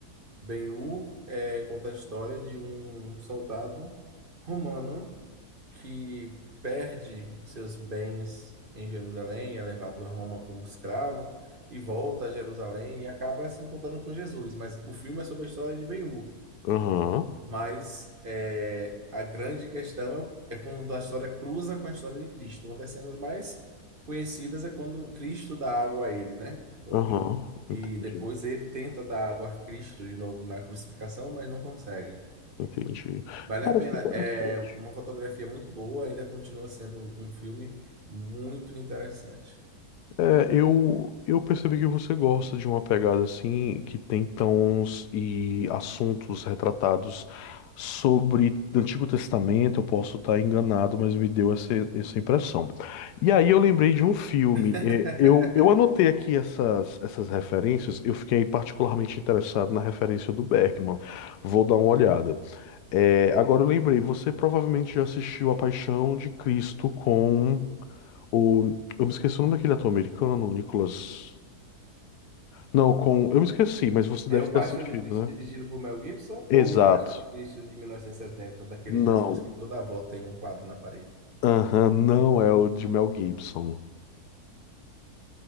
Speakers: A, on the right; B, on the left.
A: Ben-Hur é, conta a história de um soldado romano que perde seus bens em Jerusalém, é levado a Roma como escravo e volta a Jerusalém e acaba se encontrando com Jesus. Mas o filme é sobre a história de ben Hur.
B: Aham.
A: Mas é, a grande questão é, é quando a história cruza com a história de Cristo. Uma das cenas mais conhecidas é quando Cristo dá água a ele, né?
B: Aham.
A: E,
B: Entendi.
A: e depois ele tenta dar água a Cristo de novo na crucificação, mas não consegue.
B: Entendi.
A: Vale
B: Cara,
A: a pena.
B: que interessante.
A: É uma fotografia muito boa, ainda continua sendo um, um filme muito interessante.
B: É, eu, eu percebi que você gosta de uma pegada assim, que tem tons e assuntos retratados sobre o Antigo Testamento. Eu posso estar enganado, mas me deu essa, essa impressão. E aí eu lembrei de um filme.
A: <laughs>
B: é, Eu, eu anotei aqui essas, essas referências. Eu fiquei particularmente interessado na referência do Bergman. Vou dar uma olhada. É, agora eu lembrei, você provavelmente já assistiu A Paixão de Cristo com. O, eu me esqueci o nome daquele ator americano, Nicholas. Não, com. Eu me esqueci, mas você
A: É
B: deve
A: o
B: ter
A: Paixão
B: assistido,
A: de Cristo dirigido
B: né?
A: por Mel Gibson
B: Exato.
A: ou o Paixão de Cristo de 1970, daquele
B: Não.
A: Jesus que toda volta tem um quadro na parede?
B: Aham, não é o de Mel Gibson.